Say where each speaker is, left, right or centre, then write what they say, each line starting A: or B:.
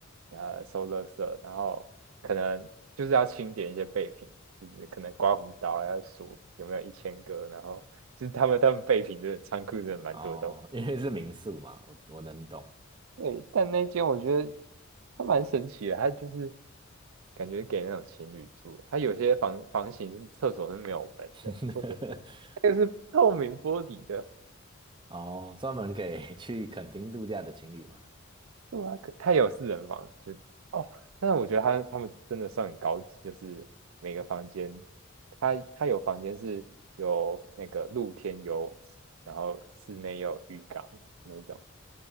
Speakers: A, on the right; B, on the right.
A: 然后收垃圾，然后可能就是要清点一些备品，就是可能刮胡刀要数有没有一千个，然后就是他们他们备品真的仓库真的蛮多的东西。
B: 哦，因为是民宿嘛，我我能懂。
A: 对，但那间我觉得它蛮神奇的，它就是感觉给那种情侣住的，它有些房房型是厕所是没有门的，
B: <laughs>
A: 那个是透明玻璃的。
B: 哦，专门给去垦丁度假的情侣嘛。
A: 对啊，可它也有四人房，就哦，但是我觉得他他们真的算很高级，就是每个房间，它它有房间是有那个露天游泳池，然后室内有浴缸那一种，